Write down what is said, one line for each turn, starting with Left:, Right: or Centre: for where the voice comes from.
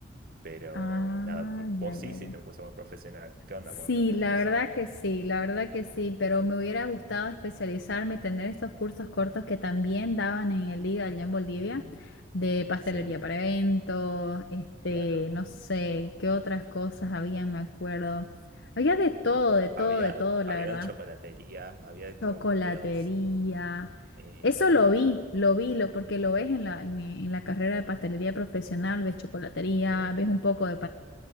Right: Pero
Left: Ah,
Right: nada, vo-
Left: ya,
Right: vos
Left: ya,
Right: sí hiciste
Left: ya.
Right: un curso más profesional. ¿Qué onda
Left: Sí,
Right: cuando terminaste
Left: la
Right: eso?
Left: verdad que sí, la verdad que sí, pero me hubiera gustado especializarme, tener estos cursos cortos que también daban en el IGA allá en Bolivia,
Right: Ujú.
Left: de pastelería
Right: Sí,
Left: para eventos, este,
Right: claro.
Left: no sé, qué otras cosas había, me acuerdo. Había de todo, de todo,
Right: Había,
Left: de todo, la
Right: había
Left: verdad.
Right: de chocolatería, había de
Left: Chocolatería.
Right: cócteles. eh,
Left: Eso lo vi, lo vi, lo, porque lo ves en la, en, en la carrera de pastelería profesional, ves chocolatería,
Right: claro.
Left: ves un poco de,